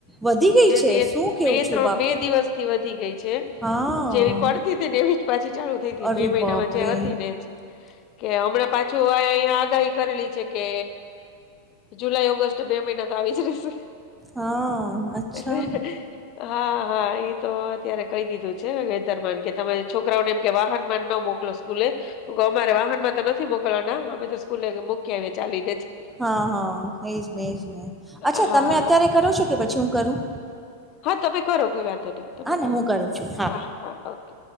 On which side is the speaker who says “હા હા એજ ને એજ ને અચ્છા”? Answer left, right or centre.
Centre